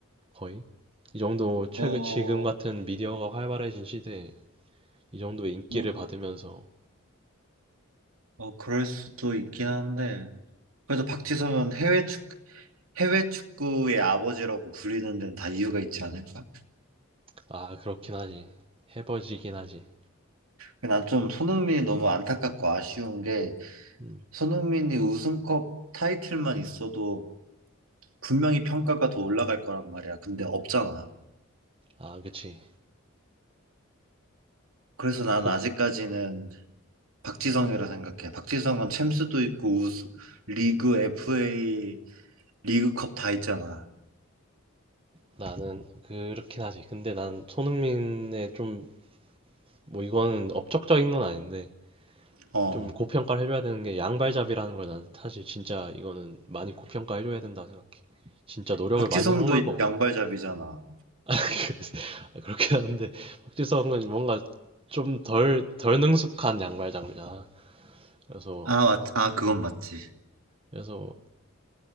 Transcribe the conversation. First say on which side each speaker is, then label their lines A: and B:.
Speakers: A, on the right (about 25°); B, on the right (about 80°).
A: 거의 이 정도 최근
B: 뭐,
A: 지금 같은 미디어가 활발해진 시대에 이 정도의 인기를
B: 뭐,
A: 받으면서
B: 어, 그럴 수도 있긴 한데, 그래도 박지성은 해외 축구 해외 축구의 아버지라고 불리는 데는 다 이유가 있지 않을까?
A: 아 그렇긴 하지 해버지긴 하지
B: 난 좀 손흥민이 너무 안타깝고 아쉬운 게
A: 음.
B: 손흥민이 우승컵 타이틀만 있어도 분명히 평가가 더 올라갈 거란 말이야. 근데 없잖아.
A: 아 그치
B: 그래서 난
A: 그
B: 아직까지는 박지성이라 생각해. 박지성은 챔스도 있고 우스, 리그 FA 리그컵 다 있잖아.
A: 나는 그렇긴 하지 근데 난 손흥민의 좀 뭐 이거는 업적적인 건 아닌데
B: 어.
A: 좀 고평가를 해줘야 되는 게 양발잡이라는 걸 난 사실 진짜 이거는 많이 고평가해줘야 된다고 생각해. 진짜 노력을
B: 박지성도
A: 많이 한 걸 거거든.
B: 양발잡이잖아.
A: <laughs> 아, 그래서 아, 그렇긴 한데 박지성은 뭔가 좀 덜, 덜 능숙한 양발잡이잖아. 그래서
B: 아, 맞, 아, 그건 맞지.
A: 그래서